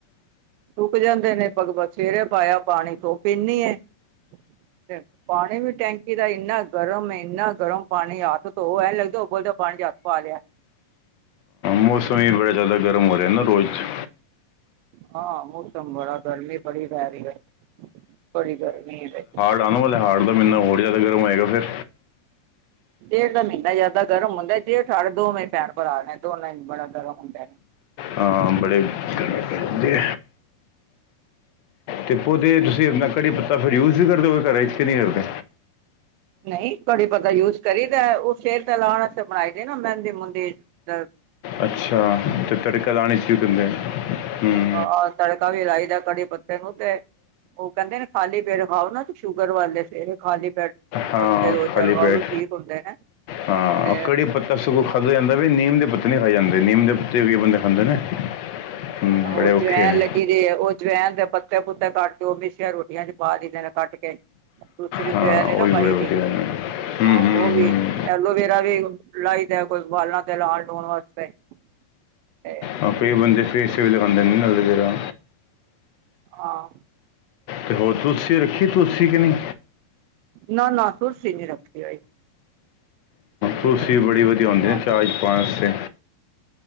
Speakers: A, on the right (about 85°); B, on the left (about 70°).
A: ਸੁੱਕ ਜਾਂਦੇ ਨੇ <unintelligible> ਸਵੇਰੇ ਪਾਇਆ ਪਾਣੀ ਤੇ ਧੁੱਪ ਏਨੀ ਤੇ ਪਾਣੀ ਵੀ ਟੈਂਕੀ ਦਾ ਇੰਨਾ ਗਰਮ ਇੰਨਾ ਗਰਮ ਪਾਣੀ ਹੱਥ ਧੋ ਐ ਲੱਗਦਾ ਉਹ ਬਲਦਾ ਪਾਣੀ ਚ ਹੱਥ ਪਾ ਲਿਆ
B: ਮੌਸਮ ਈ ਬੜਾ ਜ਼ਿਆਦਾ ਗਰਮ ਹੋ ਰਿਹਾ ਨਾ ਰੋਜ਼ 'ਚ
A: ਹਾਂ ਮੌਸਮ ਬੜਾ ਗਰਮੀ ਬੜੀ ਪੈ ਰਹੀ ਐ ਬੜੀ ਗਰਮੀ ਬਈ
B: <unintelligible> ਹੋਰ ਜ਼ਿਆਦਾ ਗਰਮ ਹੋਏਗਾ ਫ਼ਿਰ
A: ਜੇਠ ਦਾ ਮਹੀਨਾ ਜ਼ਿਆਦਾ ਗਰਮ ਹੁੰਦਾ ਜੇਠ ਹਾੜ ਦੋਵੇਂ ਭੈਣ ਭਰਾ ਨੇ ਦੋਵਾਂ ਚ ਬੜਾ ਗਰਮ ਹੁੰਦਾ
B: ਹਾਂ ਬੜੇ, ਗਨ ਕਰਦੇ ਤੇ ਪੌਦੇ ਵਿਚ ਤੁਸੀਂ ਆਪਣਾ ਕੜੀ ਪੱਤਾ ਫਿਰ ਯੂਜ ਵੀ ਕਰਦੇ ਓ, ਘਰ 'ਚ ਕਿ ਨਈ ਕਰਦੇ।
A: ਨਹੀਂ ਕੜ੍ਹੀ ਪਤਾ ਯੂਜ ਕਰੀਦਾ ਏ, ਉਹ ਸਿਰ ਤੇ ਲਾਣ ਵਾਸਤੇ ਬਣਾਈ ਦੀ ਨਾ ਮਹਿੰਦੀ ਮੁਨਦੀ। ਚ
B: ਅੱਛਾ ਤੇ ਤੜਕਾਦਾਣੀ 'ਚ ਭੁੰਨਦੇ ਨੇ।
A: ਔਰ ਤੜਕਾ ਵੀ ਰਾਈ ਦਾ ਕੜੀ ਪੱਤੇ ਨੂੰ ਤੇ- ਉਹ ਕਹਿੰਦੇ ਨੇ ਖਾਲੀ ਪੇਟ ਖਾਓ ਨਾ ਤੇ ਸ਼ੂਗਰ ਵਾਲੇ ਫਿਰ ਖਾਲੀ ਪੇਟ
B: ਹਾਂ
A: ਪੱਤੇ ਦੋ ਚਾਰ
B: ਖਾਲੀ
A: ਖਾਓ
B: ਪੇਟ
A: ਵੀ ਠੀਕ ਹੁੰਦੇ ਨੇ
B: ਹਾਂ
A: ਤੇ
B: ਕੜੀ ਪੱਤਾ ਸਗੋਂ ਖਾਧਾ ਜਾਂਦਾ। ਵਈ ਨੀਮ ਦੇ ਪੱਤੇ ਨੀ ਖਾਈ ਜਾਂਦੇ। ਨੀਮ ਦੇ ਪੱਤੇ ਵੀ ਕਈ ਬੰਦੇ ਖਾਂਦੇ ਨੇ। ਹੂੰ,
A: ਆਹੋ
B: ਬੜੇ ਔਖੇ
A: ਜਵੈਨ
B: ਨੇ
A: ਲੱਗੀ। ਜੇ ਉਹ ਜਵੈਨ ਦੇ ਪੱਤੇ ਪੁੱਤੇ ਕੱਟ ਕੇ, ਉਹ ਮਿੱਸੀਆਂ ਰੋਟੀਆਂ ਚ ਪਾ ਦਈਦੇ ਨੇ ਕੱਟ ਕੇ। ਦੂਸਰੀ
B: ਹਾਂ
A: ਜਵੈਣ
B: ਉਹ
A: ਨੀ ਨਾ
B: ਵੀ
A: ਪਾਈ
B: ਬੜੇ
A: ਦੀ,
B: ਵਧੀਆ ਨੇ ਹੂੰ
A: ਹਾਂ
B: ਹੂੰ
A: ਉਹ ਵੀ
B: ਹੂੰ
A: ਐਲੋਵੇਰਾ ਵੀ ਲਾਈ ਦੇ ਕੋਈ ਵਾਲਾਂ ਤੇ ਲਾਲ ਡੋਣ ਵਸਤੇ। ਤੇ
B: ਹਾਂ ਕਈ ਬੰਦੇ ਫੇਸ ਤੇ ਵੀ ਲਗਾਉਂਦੇ ਨੇ ਨਾ ਐਲੋਵੇਰਾ।
A: ਹਾਂ
B: ਤੇ ਹੋਰ ਤੁਲਸੀ ਰੱਖੀ ਤੁਲਸੀ ਕਿ ਨੀ।
A: ਨਾ, ਨਾ ਤੁਲਸੀ ਨਹੀਂ ਰੱਖੀ ਹੋਈ। ਤੁਲਸੀ
B: ਤੁੁਲਸੀ
A: ਨੀ ਰੱਖੀ
B: ਬੜੀ ਵਧੀਆ ਹੁੰਦੀ,
A: ਹਾਂ
B: ਚਾਅ 'ਚ ਪਾਣ ਵਸੇ।